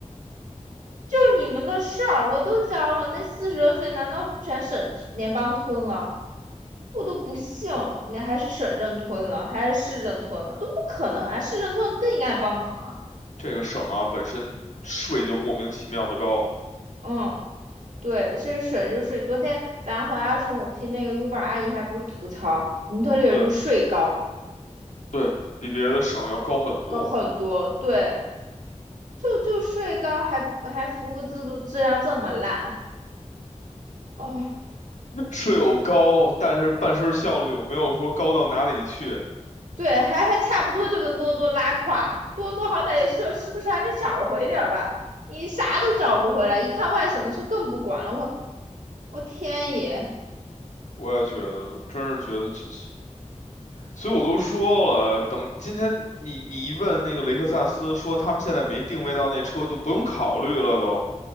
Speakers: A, on the right (about 80°); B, on the left (about 75°).
A: 就你们的事儿，我都交了。那四十二岁难道全省联邦吞了？我都不信了，你还是省政吞了，还是市政吞了，都不可能啊！市政吞更应该帮忙啊。
B: 这个省啊本身税就莫名其妙的高，
A: 嗯，对，这个省就是昨天咱回来的时候，我听那个 Uber 阿姨还不是吐槽蒙特利尔就是税高，
B: 对对，比别的省要高很多。
A: 高很多。对，就就税高还，还服务制度质量这么烂。哦，
B: <laughs> 税有高，但是办事儿效率有没有说高到哪里去？
A: 对，还还差不多就跟多伦多拉胯，多伦多好歹也是是不是还能找回点儿吧？你啥都找不回来，一看外省的车更不管了，我我天爷！
B: 我也觉得，真是觉得这这。所以我都说了，等今天你你一问那个雷克萨斯，说他们现在没定位到那车，就不用考虑了都，